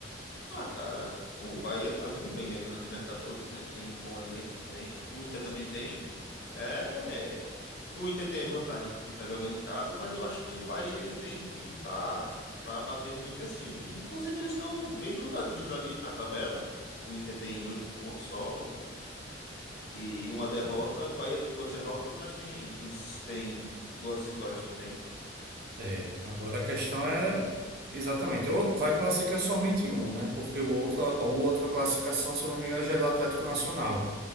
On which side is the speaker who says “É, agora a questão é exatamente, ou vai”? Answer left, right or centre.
Right